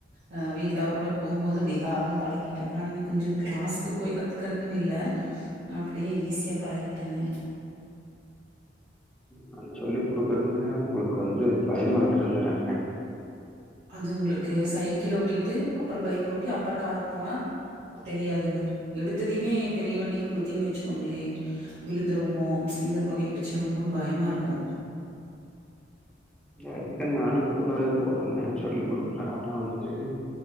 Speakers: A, on the right; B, in the centre.
A: ஆ வீட்ல அவுர் கூட போம்போது அப்டியே காரு பழகிட்ட அதனால இன்னு கொஞ்சோ க்ளாஸ்க்கு போய் கத்துக்கறக்குன் இல்ல அப்டியே ஈஸியா பழகிட்டேங்க
B: நாங்க சொல்லிக் கொடுக்குறது அவங்குளுக்கு வந்து பயமா இருக்குதுங்றாங்க
A: அது உங்குளுக்கு சைக்கிள் ஓட்டிட்டு அப்புறோ பைக் ஓட்டி அப்புறோ காருக் போனா தெரியாதுங்க எடுத்ததையுமே பெரிய வண்டிய குடுத்தீங்கன் வெச்சுக்கோங்ளே விழுந்துருவமோ எங்கது கொண்டு இடிச்சுருவமோன் பயமாருக்கு
B: அதுக்க்தா நானு கூடவே போறேன்னே சொல்லி குடுக்குறே ஆனா வந்து